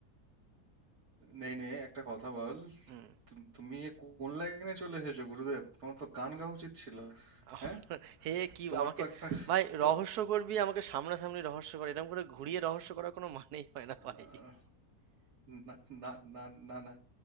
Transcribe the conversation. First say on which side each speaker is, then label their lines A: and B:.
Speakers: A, on the right; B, on the right.
A: নেই নেই একটা কথা বল
B: হুম
A: তুম- তুমি এ কোন লাইনে চলে এসেছো গুরুদেব তোমার তো গান গাওয়া উচিত ছিল
B: <laughs>
A: হ্যাঁ
B: হে কি
A: তোমার
B: আমাকে
A: তো একটা
B: ভাই
A: তো
B: রহস্য করবি আমাকে সামনাসামনি রহস্য কর এরকম করে ঘুরিয়ে রহস্য করার কোনো মানেই হয় না ভাই
A: আহ, না না না না না